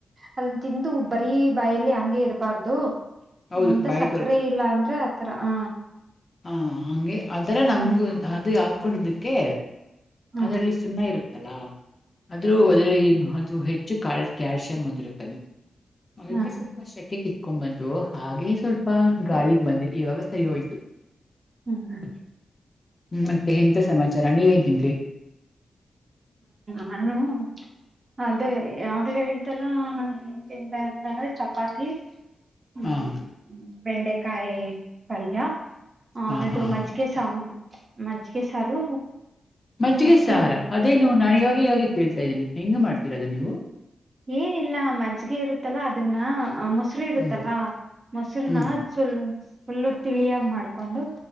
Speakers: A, on the right; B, on the left.
A: ಅದನ್ನ ತಿಂದು ಬರೀ ಬಾಯಲ್ಲಿ ಹಂಗೆ ಇರಬಾರ್ದು.
B: ಹೌದು
A: ಒಂದ
B: ಬಾಯಿ
A: ಸಕ್ಕರೆ ಇಲ್ಲ ಅಂದ್ರೆ ಆತರ ಹ
B: ಹಾ ಹಂಗೆ ಆಥರ
A: ಹ್ಮ್
B: ನಮ್ಗು ಅದು ಹಾಕೊಂಡಿದ್ದಕ್ಕೆ
A: ಹ್ಮ
B: ಅದರಲ್ಲಿ ಸುನ್ನ ಇರುತ್ತಲ್ಲಾ ಆದ್ರೂ
A: ಹ್ಮ್
B: ವದು ಅದು ಹೆ ಹೆಚ್ಚು ಕಲ್ ಕ್ಯಾಲ್ಸಿಯಮಂ ಹೊಂದಿರುತ್ತದೆ ಅದಕ್ಕೆ
A: ಹ್ಮ
B: ಸ್ವಲ್ಪ ಶೆಕೆ ಕ್ಂಬಂದು ಹಾಗೇ ಸ್ವಲ್ಪ ಗಾಳಿಗ ಬಂದೆ ಇವಾಗ ಸರಿ ಹೋಯ್
A: ಹ್ಮ ಹ್ಮ.
B: ಹ್ಮ ಮತ್ತೆ ಹೆಂತಾ ಸಮಾಚಾರ ನೀವೇನ ತಿಂದ್ರೀ.
A: ನಾನು ಅದೇ ಆಗ್ಲೇ ಹೇಳ್ತಲ್ಲ ಏನ್ ತಿಂದೆ ಅಂತಂದ್ರೆ ಚಪಾತಿ. ಹ್ಮ
B: ಹಾ
A: ಬೆಂಡೆಕಾಯಿ ಪಲ್ಯ ಅ
B: ಹಾ
A: ಅದು
B: ಹಾ ಹಾ
A: ಮಜ್ಜಿಗೆ ಸಂ ಮಜ್ಜಿಗೆ ಸಾರು.
B: ಮಜ್ಜಿಗೆ
A: ಮತ್ತೆ
B: ಸಾರ ಅದೇನು ನಾನ ಇವಾಗ ಇವಾಗೆ ಕೇಳ್ತಾ ಇದೀನಿ ಹೆಂಗ್ ಮಾಡ್ತೀರ ಅದು ನೀವು.
A: ಏನಿಲ್ಲ ಮಜ್ಜಿಗೆ ಇರುತ್ತಲ್ಲಾ ಅದನ್ನ ಮೊಸರು ಇರುತ್ತಲ್ಲಾ
B: ಹ್ಮ್
A: ಮೊಸರನ
B: ಹ್ಮ್
A: ಪುಲ್ ಫುಲ್ಲು ತಿಳಿಯಾಗ ಮಾಡ್ಕೊಂಡು.